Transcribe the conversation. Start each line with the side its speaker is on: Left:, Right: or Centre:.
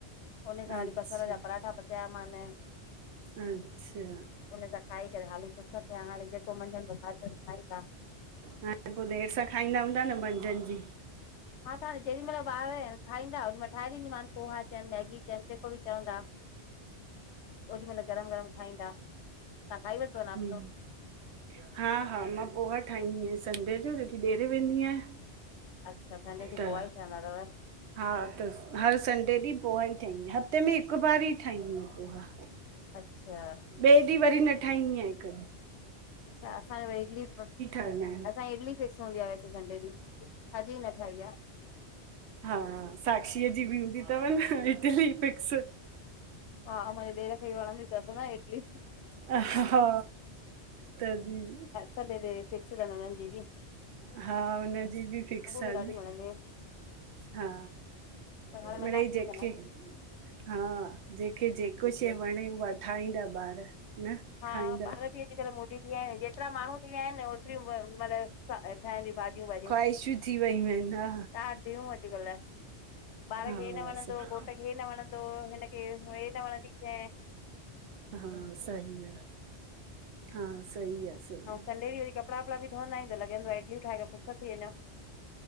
Left: उन सां
Right: अच्छा
Left: वरी बसर जा पराठा पचाया मान
Right: अच्छा
Left: हिननि त खाई करे फुरसत थिया हाणे जेको मझंदि जो खाधनि खाईंदा।
Right: रोटी देरि सां खाईंदा हूंदा न मंझंदि जी।
Left: हा त जेॾी मइल ॿार अहिनि खाईंदा ओॾी महिल ठाहे ॾींदीमानि पोहा चवनि मैगी चवनि जेको बि चवंदा। ओॾी मइल गरम गरम खाईंदा। तव्हां खाई वरितव नाश्तो
Right: ह्म। <unintelligible> हा। हा। मां पोहा ठाहींदी आहियां। संडे जो जेकी ॿाहिरि वेंदी आहियां।
Left: अच्छा संडे ॾींहुं
Right: त
Left: पोहा ई ठहंदा तव?
Right: हा। त हर संडे ॾींहुं पोहा ई ठाहींदी आहियां। हफ़्ते में हिकु बार ई ठाहींदी आहियां पोहा।
Left: अच्छा।
Right: ॿिए ॾींहुं वरी न ठाहंदीयां हिकु।
Left: अच्छा। असांज इडली बस
Right: ठहंदा आहिनि
Left: असां इडली। फिक्स हूंदी आ। वैसे संडे ॾींहुं अॼु ई न ठाही आ।
Right: हा। साक्षीअ जी बि हूंदी तव न इडली फिक्स।
Left: हा। माजे ॾेर खे बि वणदी तस न इडली।
Right: हा। हा। तॾहिं।
Left: सन्डे ॾीह फिक्स तन उननि जी बी।
Right: हा। उनजी बि फिक्स आ
Left: खे
Right: न
Left: ॾाढी वणंदी आहिनि
Right: हा।
Left: पर हाणे
Right: मिॾई
Left: मना कई
Right: जेखे
Left: अथनि
Right: हा जेखे जेको
Left: अचो।
Right: शइ वणे उहा। ठाहींदा ॿार। न
Left: हा।
Right: खाईंदा
Left: ॿार बि अॼुकल्ह मोदी थी विया आहिनि। जेतिरा माण्हू थी विया आहिनि। होतरईयू मदरसा। ठहदियू भाॼियूं वांॼियूं
Right: ख़्वाहिशूं थी वयूं आहिनि हा
Left: तज़ियू <unintelligible> अॼुकल्ह ॿार
Right: हा
Left: खे हे न वणंदो घोट खे हे न वणंदो। तो हिन खे हे न वणंदी शे।
Right: हा सही आ। हा सईी आहे। सही
Left: अउ सन्डे
Right: आहे
Left: ॾीहु वरी कपड़ापड़ा बि डुअन्दआ आहिनिूं। त लॻंदो आहे। इडलियु ठाहे रखुं सब थी वेन्दो।